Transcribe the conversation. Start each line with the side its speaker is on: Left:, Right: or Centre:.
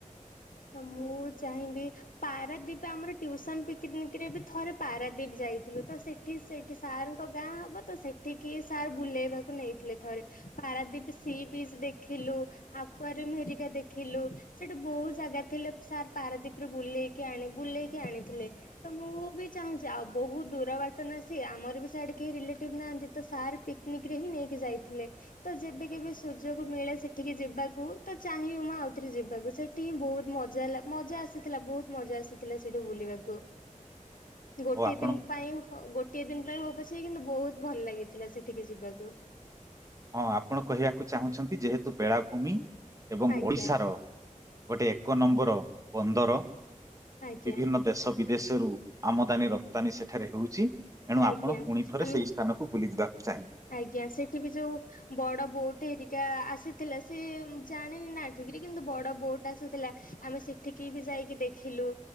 Left: ମୁଁ ଚାହିଁବି ପାରାଦୀପ ଆମର ଟ୍ୟୁସନ ପିକ୍‌ନିକ୍ ରେ ବି ଥରେ ପାରାଦୀପ ଯାଇଥିଲୁ। ତ ସେ ସେଠି ସେଇଠି ସାର୍ ଗାଁ ହବ ତ ସେଠିକି ସାର୍ ବୁଲେଇବାକୁ ନେଇଥିଲେ ଥରେ। ପାରାଦୀପ୍ ସି ବିଚ୍ ଦେଖିଲୁ। ଆକୁଆର ମେହେରିକା ଦେଖିଲୁ। ସେଠି ବହୁତ ଜାଗା ଥିଲେ ସାର୍ ପାରାଦ୍ୱୀପ୍ ରେ ବୁଲେଇକି ଆଣି ବୁଲେଇକି ଆଣିଥିଲେ। ତ ମୁଁ ବି ଚାହୁଁଛି ଆଉ ବହୁତ ଦୂର ବାଟ ନାସି ଆମର ବି ସେଆଡେ଼ କେହି ରିଲେଟିଭ ନାହାନ୍ତି। ତ ସାର୍ ପିକ୍ନିକ୍ ରେ ହିଁ ନେଇକି ଯାଇଥିଲେ। ତ ଯେବେ କେବେ ସୁଯୋଗ ମିଳେ ସେଠିକି ଯିବାକୁ ତ ଚାହିଁବି ମୁଁ ଆଉଥରେ ଯିବାକୁ ସେଇ ସେ ହିଁ ବହୁତ ମଜାହେଲା ମଜା ଆସିଥିଲା ବହୁତ ମଜା ଆସିଥିଲା ସେଇଠୁ ବୁଲିବାକୁ। ଗୋଟିଏ
Right: ଓ ଆପଣ
Left: ଦିନ ପାଇଁ ଗୋଟିଏ ଦିନ ପାଇଁ ହଉ ପଛ କିନ୍ତୁ ବହୁତ ଭଲ ଲାଗିଥିଲା ସେଠିକି ଯିବାକୁ।
Right: ହଁ ଆପଣ କହିବାକୁ ଚାହୁଁଛନ୍ତି ଯେହେତୁ ବେଳାଭୂମି ଏବଂ
Left: ଆଜ୍ଞା
Right: ଓଡିଶାର ଗୋଟେ ଏକ ନମ୍ବର ପନ୍ଦର
Left: ଆଜ୍ଞା
Right: ବିଭିନ୍ନ ଦେଶ ବିଦେଶରୁୁ ଆମଦାନୀ ରପ୍ତାନୀ ସେଠାରେ ହୋଉଚି। ଏଣୁ
Left: ଆଜ୍ଞା
Right: ଆପଣ ପୁଣି ଥରେ
Left: ଆମେ
Right: ସେଇ ସ୍ଥାନକୁ ବୁଲି ଯିବାକୁ ଚାହିଁ
Left: ଆଜ୍ଞା ସେଠି ବି ଯୋଉ ବଡ ବୋଟ୍ ହେରିକା ଆସିଥିଲା ସେ ଜାଣିନି ନାଁ ଠିକରେ କିନ୍ତୁ ବଡ ବୋଟ୍ ଆସିଥିଲା ଆମେ ସେଠିକି ବି ଯାଇକି ଦେଖିଲୁ।